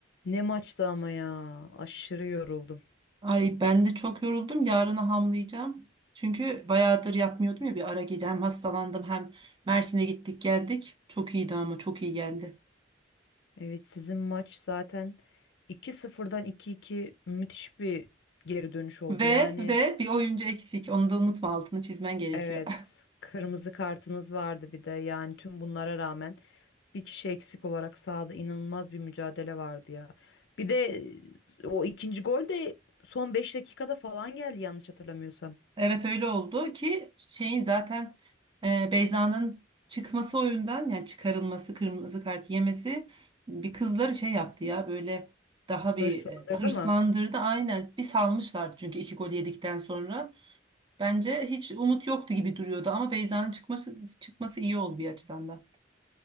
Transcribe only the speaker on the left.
Ne maçtı ama ya. Aşırı yoruldum.
Evet sizin maç zaten iki sıfırdan iki iki müthiş bir geri dönüş oldu.
Yani
evet
kırmızı kartınız vardı bir de. Yani tüm bunlara rağmen bir kişi eksik olarak sahada inanılmaz bir mücadele vardı ya. Bir de e, o ikinci gol de son 5 dakikada falan geldi yanlış hatırlamıyorsam.
Hırslandırdı
mı?